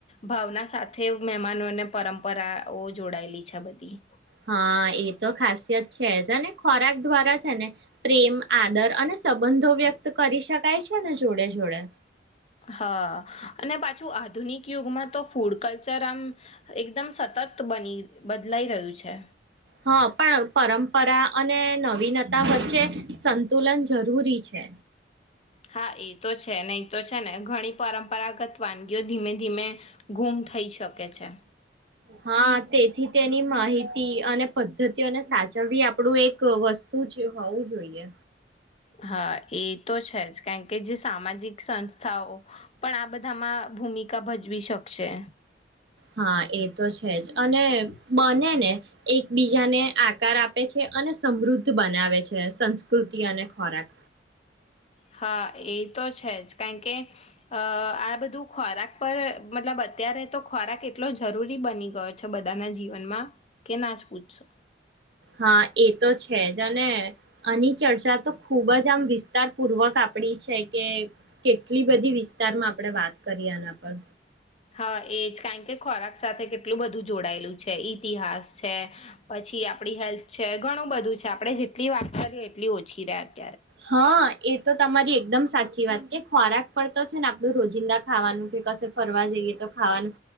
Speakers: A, on the left; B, on the right.
A: ભાવના સાથે મહેમાનોને પરંપરાઓ જોડાયેલી છે બધી.
B: હા એ તો ખાસિયત છે જ અને ખોરાક દ્વારા છે ને પ્રેમ આદર અને સંબંધો વ્યક્ત કરી શકાય છે ને જોડે જોડે.
A: હા અને પાછું આધુનિક યુગમાં તો ફૂડ કલ્ચર આમ એકદમ સતત બની બદલાઈ રહ્યું છે.
B: હા પણ પરંપરા અને નવીન તા વચ્ચે સંતુલન જરૂરી છે
A: હા એ તો છે ને તો છે ને ઘણી પરંપરાગત વાન જો ધીમે ધીમે ગુમ થઈ શકે ઓકે છેા
B: હા તેથી તેની માહિતી અને પદ્ધતિઓને સાચવવી આપણું એક વસ્તુ જ હોવું જોઈએ
A: હા એ તો છે જ કારણ કે જે સામાજિક સંસ્થાઓ પણ આ બધામાં ભૂમિકા ભજવી શકશે
B: હા એ તો છે જ અને બને ને એકબીજાને આ આપે છે અને સમૃદ્ધ બનાવે છે સંસ્કૃતિ અને ખોરાક
A: હા એ તો છે જ કારણ કે અ આ બધું ખોરાક પર મતલબ અત્યારે તો ખોરાક એટલો જરૂરી બની ગયો છે બધાના જીવનમાં કે ના જ પૂછશો
B: હા એ તો છે જ ને આની ચર્ચા તો ખુબ જ આમ વિસ્તાર પૂર્વક આપડી છે કે કેટલી બધી વિસ્તારમાં આપણે વાત કરીએ આના પર
A: હા એજ કારણ કે ખોરાક સાથે કેટલું બધું જોડાયેલું છે ઈતિહાસ છે પછી આપડી હેલ્થ છે ઘણું બધું છે આપડણે જેટલી વાત કરીએ એટલી ઓછી રહ
B: હા એ તો તમારી એકદમ સાચી વાત કે ખોરાક પર તો છે ને આપડું રોજિંદા ખાવાનું કે કશે ફરવા જઈએ તો ખાવાનું